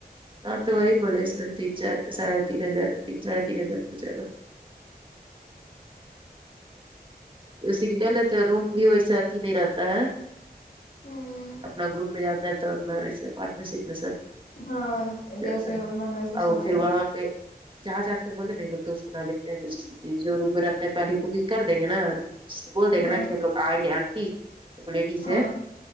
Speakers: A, on the right; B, on the left.
A: ہاں تو وہی بولے ساڑے تین چار ساڑے تین ہزار ت سڑھ تین ہزار کچھ ا یگا سگنل ہے تو روم بھی ویسا اتیھی نہیں رہتا ہے
B: ہوں
A: اپنا گروپ میں جاتا ہے تو اپنا وسے پارٹنر شپ میں سب
B: ہاں
A: جاتا
B: جیسے
A: ہے
B: من ویسے
A: اور
B: سونے
A: پھر
B: گا
A: وہاں پہ جہاں جاتے ہیں بولے نہیں لوگ دوست کو نہ لیتے ہیں روم میں رہتے ہے پہلی بھی کر دیں گے نا بول دیں
B: ہاں
A: گے نا کہ ہم لوگ آئیں گے آنٹی ایک لیڈیز
B: ہاں
A: ہے